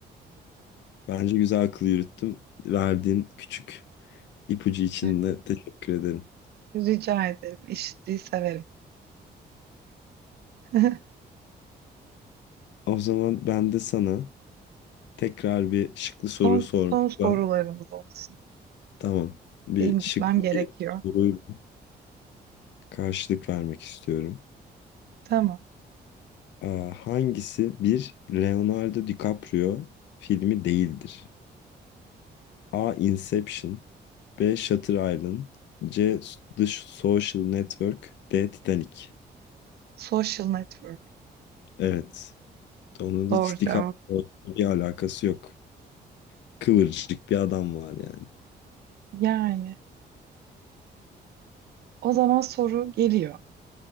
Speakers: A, on the left; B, on the right.
A: Bence güzel akıl yürüttüm. Verdiğin küçük ipucu için
B: Evet,
A: de teşekkür ederim.
B: Rica ederim. Eşitliği severim. <laughs>
A: O zaman ben de sana tekrar bir şıklı soru
B: Son,
A: sormakla
B: son sorularımız olsun.
A: tamam. Bir
B: Benim
A: şıklı
B: gitmem gerekiyor.
A: bir soruyu karşılık vermek istiyorum.
B: Tamam.
A: Ee, hangisi bir Leonardo DiCaprio filmi değildir? A. Inception B. Shutter Island C. The Social Network D. Titanic
B: Social network.
A: Evet. Onun
B: Doğru
A: hiç
B: cevap.
A: DiCaprio bir alakası yok. Kıvırcık bir adam var yani.
B: Yani. O zaman soru geliyor.